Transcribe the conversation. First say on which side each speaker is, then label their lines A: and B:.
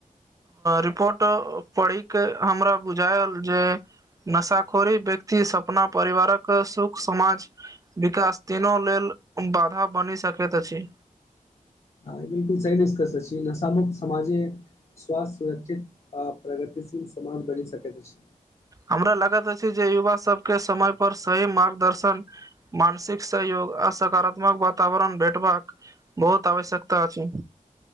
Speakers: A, on the right; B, on the left.
A: रिपोर्ट पढ़िक के हमरा बुझायल जे नशाखोरी व्यक्ति सपना परिवारक सुख समाज विकास तीनो लेल बाधा बनि सकैत अछि।
B: ह बिलकुल सही निस्कष अछि नशा मुुक्त समाजे स्वाथ्य सुरक्षित आ प्रगतिशील समान बनि सकेत अछि।
A: हमरा लगत अछि जे युवा सबके समय पर सही मार्गदर्शन मानसिक सहयोग आ सकारात्मक वातावरण भेटबाक बहुत आवश्यकता अछी।